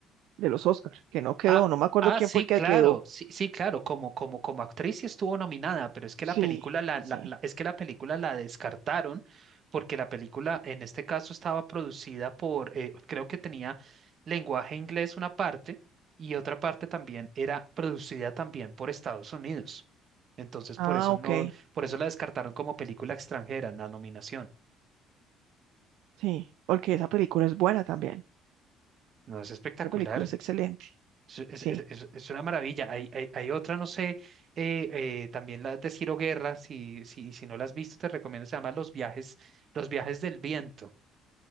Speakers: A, on the right; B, on the right.
A: de los Oscars, que no quedó,
B: Ah,
A: no me acuerdo
B: ah,
A: quién
B: sí,
A: fue que
B: claro,
A: quedó.
B: sí, sí, claro, como, como, como actriz sí estuvo nominada, pero es que la
A: Sí,
B: película la,
A: sí.
B: la- la- es que la película la descartaron porque la película en este caso estaba producida por, eh, creo que tenía lenguaje inglés una parte y otra parte también era producida también por Estados Unidos. Entonces
A: Ah,
B: por eso
A: ok,
B: no, por eso la descartaron como película extranjera en la nominación.
A: sí, porque esa película es buena también.
B: No, es espectacular.
A: Esa película es excelente.
B: Es, es-
A: Sí,
B: es- es- es una maravilla. Hay, hay- hay otra, no sé, eh, eh, también la de Ciro Guerra, si, si, si no la has visto, te recomiendo, se llama Los viajes, Los viajes del viento.